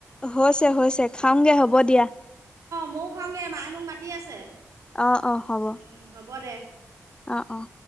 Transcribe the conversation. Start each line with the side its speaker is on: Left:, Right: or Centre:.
Left: হৈছে-হৈছে খাামগে হ'ব দিয়া।
Right: ময়ো খাওগে, মায়ে মোক মাতি আছে।
Left: অ, '-অ' হ'ব।
Right: উম হ'ব দে
Left: অ', -অ'।